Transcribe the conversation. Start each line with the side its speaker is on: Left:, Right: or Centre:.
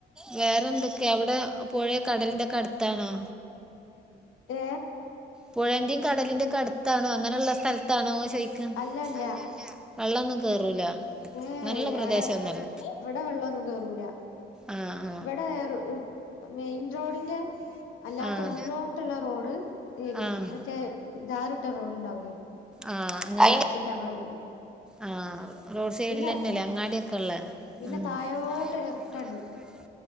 Centre: വേറെന്തൊക്കെയ അവിടെ പൊഴേ കടലിന്റെക്കെ അടുത്താണോ
Left: ഏ
Centre: പുഴന്റെ കടലിന്റെ ഒക്കെ അടുത്താണോ അങ്ങനെള്ള സ്ഥലത്താണോ ചോയിക്ക
Left: അല്ലല്ല
Centre: അല്ല ല്ല വള്ളൊന്നും കേറൂല
Left: ആഹ്
Centre: അങ്ങനെള്ള പ്രദേശൊന്നല്ല
Left: ഏടെ വിടെ വെള്ളൊന്നും കേറൂല
Centre: ആഹ്
Left: വിടെ മെയിൻ റോഡിന്റെ അല്ലാത്ത
Centre: ആഹ് ആഹ്
Left: ഉള്ളോട്ടുള്ള റോഡ് ഈ മറ്റേ
Centre: ആഹ്
Left: ധാറിട്ട റോഡ്ണ്ടാവൂലേ
Centre: ആഹ് അങ്
Left: ങ്ങളെ വീട്
Centre: ആഹ് റോഡ് സൈഡിൽ
Left: പിന്നെ
Centre: തന്നെല്ലേ അങ്ങാടി ഒക്കെള്ള ആഹ്
Left: പിന്നെ
Centre: ഉംപിന്നതായൊട്ടൊരുറക്കണ്ട്
Left: തായോട്ടൊരു എറക്കണ്ട്